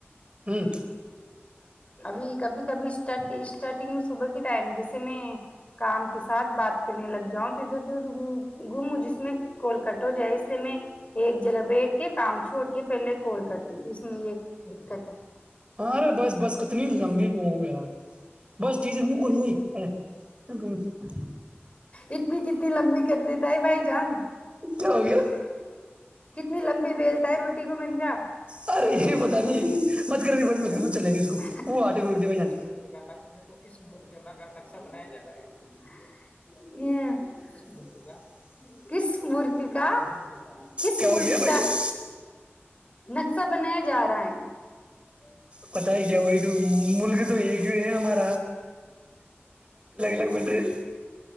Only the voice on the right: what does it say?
ہ
ہاں ارے بس بس کتنی لمبی پ یار بس جیزر م کلوں ارے تو بہت ف
کیا ہو گیا
ارے یہ پتا نہیں مت
کر بھی بند مت کر چلے گی اس کو وہ آٹے کو رکھ دے بھائی
جان
کیا ہو
گیا بھائی
جان
پت ہے کیا وہی تو ملک تو ایک ہی ہے ہمارے
الگ بن رہے ہوں،